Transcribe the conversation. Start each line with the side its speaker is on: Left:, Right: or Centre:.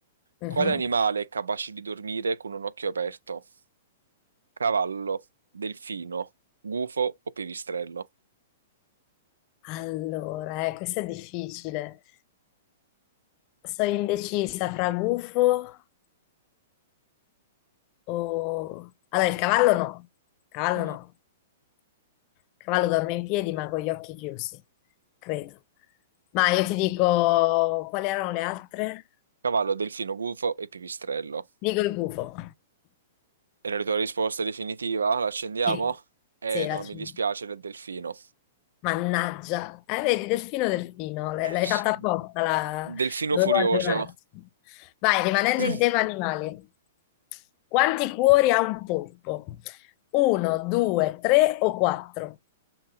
Left: Mhm.
Right: quale animale è capace di dormire con un occhio aperto? Cavallo, delfino, gufo o pipistrello?
Left: Allora, eh, questo è difficile. Sono indecisa fra gufo. o- Allora, il cavallo no, cavallo
Right: Mm.
Left: no. Il cavallo dorme in piedi ma con gli occhi chiusi, credo. Ma io ti dico, quali erano le altre?
Right: Cavallo, delfino, gufo e pipistrello.
Left: Dico il gufo.
Right: E la tua risposta definitiva? L'accendiamo?
Left: Sì,
Right: Eh
Left: sì,
Right: no,
Left: la... cin-
Right: mi dispiace del delfino.
Left: Mannaggia, eh, vedi, delfino, delfino, l-
Right: Eh
Left: l'hai
Right: sì.
Left: fatta apposta, la...
Right: Delfino
Left: dovevo
Right: furioso.
Left: arrivarci. Vai, rimanendo
Right: <clears throat>
Left: in tema animali, quanti cuori ha un polpo? Uno, due, tre o quattro?